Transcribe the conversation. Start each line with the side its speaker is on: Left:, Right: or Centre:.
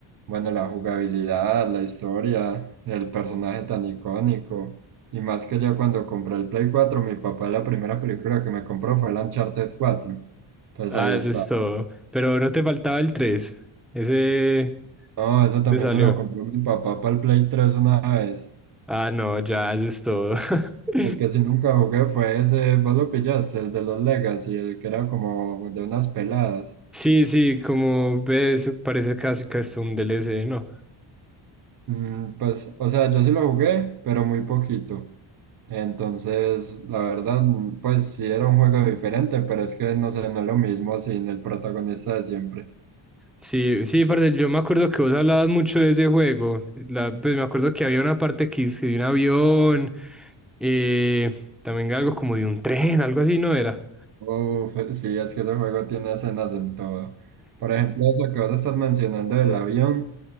Right: Bueno, la jugabilidad, la historia, el personaje tan icónico. Y más que yo cuando compré el Play cuatro mi papá la primera película que me compró fue el Uncharted 4. Entonces
Centre: Ah,
Right: ahí estaba.
Centre: eso es todo. Pero no te faltaba el tres Ese
Right: No, eso también
Centre: te salió.
Right: me lo compró mi papá para el Play tres una vez.
Centre: Ah, no, ya, eso es todo. <laughs>
Right: El que sí nunca jugué fue ese, vos lo pillaste, el de los Legacy, el que era como de unas peladas.
Centre: Sí, sí, como ves, parece casi que es un DLC, ¿no?
Right: Mm, pues, o sea, yo sí lo jugué, pero muy poquito. Entonces, la verdad, mm, pues sí era un juego diferente, pero es que no sé, no es lo mismo sin el protagonista de siempre.
Centre: Sí, sí, parce, yo me acuerdo que vos hablabas mucho de ese juego. La- pues me acuerdo que había una parte que es que de un avión, eh, también algo como de un tren, algo así, ¿no era?
Right: Uf, eh, sí, es que ese juego tiene escenas en todo. Por ejemplo, eso que vos estás mencionando del avión,